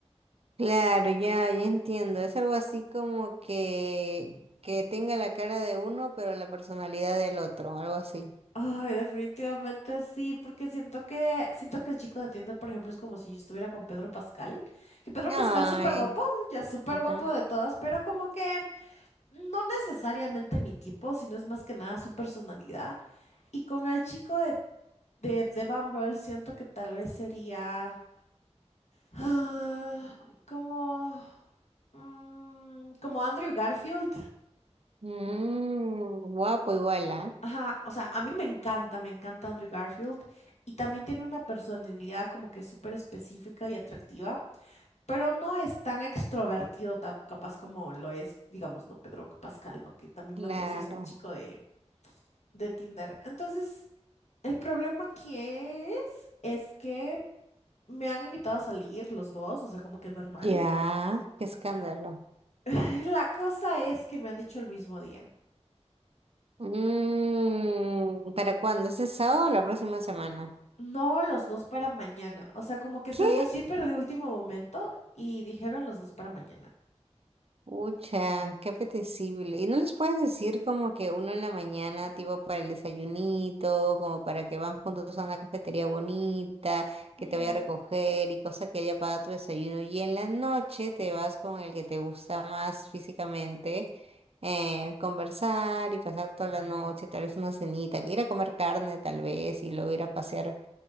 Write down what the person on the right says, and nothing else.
Claro, ya, ya entiendo. Es algo así como que, que tenga la cara de uno, pero la personalidad del otro, algo así.
Ay,
ajá.
Mm, guapo igual, ¿ah?
Claro.
Ya, qué escándalo.
Mm, ¿para cuándo? ¿Este sábado o la próxima semana?
¿Qué?
Ucha, qué apetecible. ¿Y no les puedes decir como que uno en la mañana, tipo para el desayunito, como para que van juntos a una cafetería bonita, que
te vaya a recoger y cosa que haya para tu desayuno? Y en la noche te vas con el que te gusta más físicamente, eh, conversar y pasar toda la noche, tal vez una cenita, ir a comer carne tal vez y luego ir a pasear